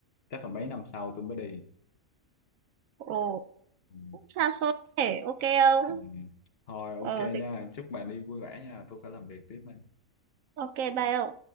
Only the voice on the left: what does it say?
chắc là mấy năm sau tôi mới đi
ừ.
Ừ. Thôi ok
nha,
chúc bạn đi vui vẻ nha, tôi phải làm việc tiếp đây.